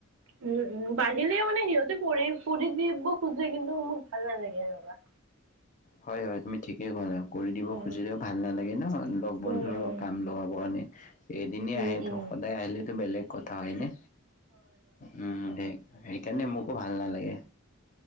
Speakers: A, on the right; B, on the left.
A: উম উম বাঢ়িলে মান সিহঁতে কৰি কৰি দিব খুজে কিন্তু মোক ভাল নালাগে সেনেকুৱা।
B: হয় হয় তুমি ঠিকেই ক'লা, কৰি দিব
A: উম।
B: খুজিলেও ভাল নালাগে ন লগ বন্ধুৰ
A: উম, উম,
B: কাম লগাব কাৰণে। এদিনে
A: উম,
B: আহেত
A: উম,
B: সদায় আহিলেতো বেলেগ কথা হয় নে? উম সেই সেইকাৰণে মোকো ভা- ভাল নালাগে